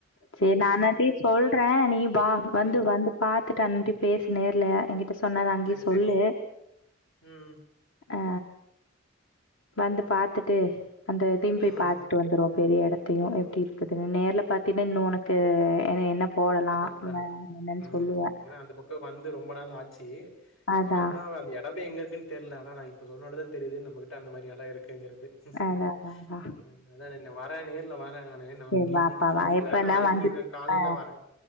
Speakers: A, on the left (about 70°); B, on the left (about 85°).
A: சேரி நா அண்ணன்டையு சொல்றே நீ வா வந்து
B: ம்
A: வந்து பாத்துட்டு அண்டையு பேசு நேர்ல எங்கிட்ட சொ சொன்னத அங்கே
B: சரி
A: சொல்லு
B: சரி ம்
A: அ வந்து பாத்துட்டு அந்த இதையு போய்
B: ம்
A: பாத்துட்டு
B: ம்
A: வந்துருவோ பெரிய எடத்தையு எப்டி இருக்குதுன்னு நேர்ல பாத் இன்னு உனக்கு என்ன என்ன போடலா
B: அதான் அதான்
A: <unintelligible>
B: ம்
A: சொல்லுவ
B: ம் ஏன்னா அந்த பக்கோ வந்து ரொம்ப நாளாட்ச்சி
A: அதா
B: அதுதா அந்த எத் <unintelligible> எங்கருக்குன் தெர்ல ஆனா நா இப்போ சொன்னோன்ன தா தெரிது நம்மகிட்ட அந்த மாரி எடோ இருக்குங்கறது <unintelligible>
A: அதா அதா அதா
B: வரே நேர்ல வரே நானு என் நாளைக்கி
A: சரி வாப்பா
B: இன்னைக்கி ஃப்ரீ
A: வா
B: இல்ல
A: எப்பனா
B: நாளைக்கி
A: வந்துட்டு
B: நா காலையில
A: ஆ
B: வரே